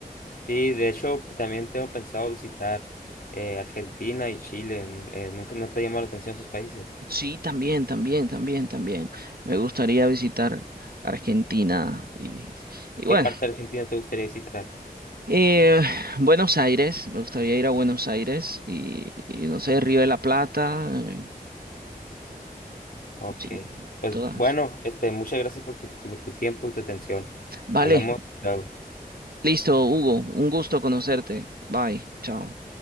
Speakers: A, on the left; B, on the right.
A: Sí, de hecho, también tengo pensado visitar eh, Argentina y Chile. N- eh, nunca no te llamó la atención esos países.
B: Sí, también, también, también, también. Me gustaría visitar Argentina y, y
A: ¿Qué
B: bueno.
A: parte de Argentina te gustaría visitar?
B: Eh, Buenos Aires, me gustaría ir a Buenos Aires y, y no sé, Río de la Plata, eh,
A: Ok.
B: sí,
A: Pues
B: todas.
A: bueno, este, muchas gracias por tu, tu- por tu tiempo y tu atención.
B: Vale,
A: Hablamos luego.
B: listo, Hugo, un gusto conocerte. Bye, chao.